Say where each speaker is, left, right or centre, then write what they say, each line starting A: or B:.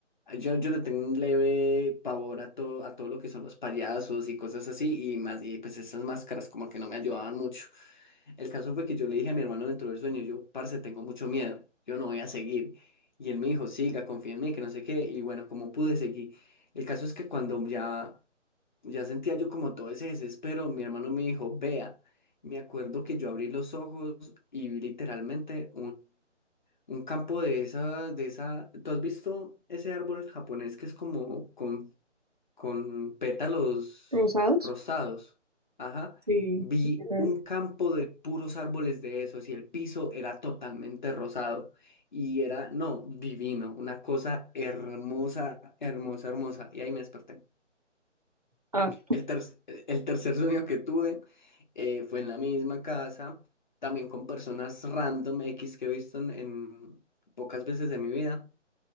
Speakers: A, on the left; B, on the right.
A: Yo, yo le tengo un leve pavor a, to- a todo lo que son los payasos y cosas así, y más, y pues esas máscaras como que no me ayudaban mucho. El caso fue que yo le dije a mi hermano dentro del sueño, yo, parce, tengo mucho miedo, yo no voy a seguir. Y él me dijo, siga, confía en mí, que no sé qué, y bueno, como pude seguir. El caso es que cuando ya, ya sentía yo como todo ese desespero, mi hermano me dijo, vea, me acuerdo que yo abrí los ojos y vi literalmente un campo de esa, de esa. ¿Tú has visto ese árbol japonés que es como con, con pétalos
B: ¿Rosados?
A: rosados? Ajá.
B: Sí.
A: Vi
B: sí, quiero
A: un
B: ver.
A: campo de puros árboles de esos y el piso era totalmente rosado. Y era, no, divino, una cosa hermosa, hermosa, hermosa. Y ahí me desperté.
B: Ah,
A: El, ter- el tercer sueño que tuve eh, fue en la misma casa, también con personas random X que he visto en, en pocas veces de mi vida,